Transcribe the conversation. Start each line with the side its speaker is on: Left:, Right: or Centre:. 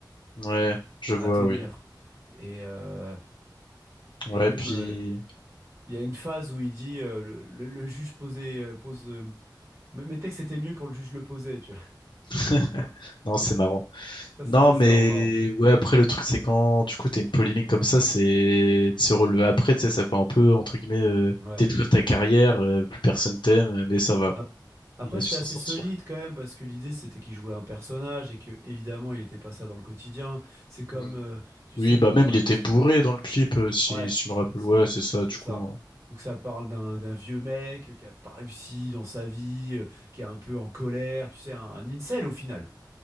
Left: Ouais, je vois,
Right: à tenir.
Left: oui.
Right: Et euh,
Left: Ouais,
Right: et même
Left: puis
Right: euh, il y a une phase où il dit euh, le, le- le juge posait euh, pose euh, mes mes textes étaient mieux quand le juge le posait, tu vois.
Left: <laughs> non, c'est marrant.
Right: Ça
Left: Non,
Right: c'est- ça
Left: mais
Right: c'est vraiment marrant.
Left: ouais, après le truc, c'est quand du coup t'as une polémique comme ça, c'est de se relever après, tu sais, ça peut un peu entre guillemets euh,
Right: Ouais.
Left: détruire ta carrière, euh, plus personne t'aime, euh, mais ça va.
Right: Ap- Après
Left: Il a su
Right: c'était
Left: s'en
Right: assez
Left: sortir.
Right: solide quand même parce que l'idée c'était qu'il jouait un personnage et que évidemment il n'était pas ça dans le quotidien. C'est comme
Left: Mm.
Right: euh, tu
Left: Oui,
Right: sais
Left: bah
Right: que dans
Left: même il
Right: le
Left: était bourré dans le clip, euh, si,
Right: Ouais,
Left: si je me rappelle.
Right: c'est
Left: Ouais, c'est ça, du
Right: c'est ça.
Left: coup, hein.
Right: Donc ça parle d'un d'un vieux mec euh, qui a pas réussi dans sa vie, euh, qui est un peu en colère, tu sais, un, un incel au final.